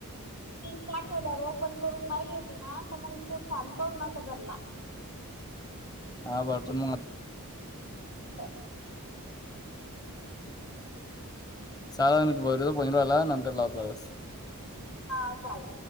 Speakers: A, on the left; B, on the left.
A: लिंक पाठवल्यावर ओपन करून पाहिली होती ना तर मग ते फॉर्म कउन नव्हता भरला.
B: हा भरच मद
A: ह
B: साधारण परवाला नंतर लावतोस.
A: हा चालल.